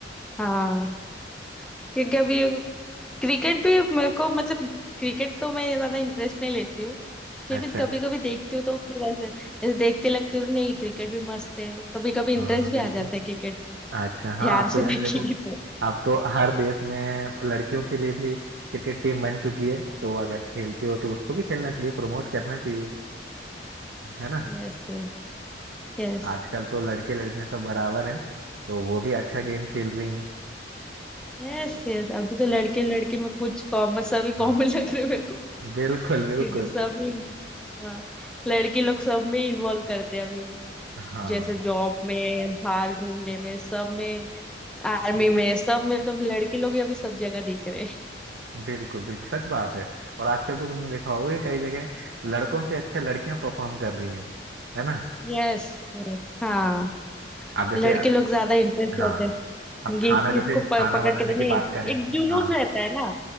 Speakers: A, in the centre; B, on the right.
A: हाँ क्योंकि अभी क्रिकेट भी मेरे को मतलब क्रिकेट तो मैं ज्यादा इंटरेस्ट नहीं लेती हूँ फिर
B: अच्छा
A: भी कभी कभी देखती हूँ तो फिर ऐसे ऐसे देखते लगते हूँ तो नहीं क्रिकेट भी मस्त है कभी कभी इंटरेस्ट
B: हाँ हाँ
A: भी
B: बिल्कुल
A: आ जाता है क्रिकेट में
B: अच्छा हाँ
A: ध्यान
B: आप तो
A: से देखेगी
B: जैसे देखो
A: तो
B: आप तो हर देश में लड़कियों के लिए भी क्रिकेट टीम बन चुकी है तो अगर खेलते हो तो उसको भी खेलना चाहिए प्रमोट करना चाहिए है ना
A: Yes yes Yes
B: आजकल तो लड़के लड़कियां सब बराबर हैं तो वो भी अच्छा गेम खेल रही हैं
A: Yes
B: तो
A: yes अभी तो लड़के लड़के में कुछ कॉमन सभी
B: हाँ
A: कॉमन लग रहे हैं मेरे को
B: बिल्कुल बिल्कुल
A: क्योंकि सब ही- हाँ लड़के लोग सब में इन्वॉल्व करते हैं अभी
B: हाँ
A: जैसे जॉब में बाहर घूमने में सब में आर्मी
B: बिल-
A: में सब में तो लड़के लोग ही अभी सब जगह दिख रहे हैं
B: बिल्कुल बिल्कुल सच बात है और आजकल तो तुमने देखा होगा कि कई जगह लड़कों से अच्छा लड़कियां परफॉर्म कर रही हैं है ना
A: यस हाँ
B: आप जैसे
A: लड़के
B: अब
A: लोग ज्यादा इंटरेस्ट लेते
B: हाँ
A: हैं
B: अब
A: ये
B: खाना
A: चीज
B: जैसे
A: को प,
B: खाना
A: पकड़
B: बनाने
A: के तो
B: की
A: नहीं
B: बात करें
A: एक जुनून
B: हाँ
A: रहता है ना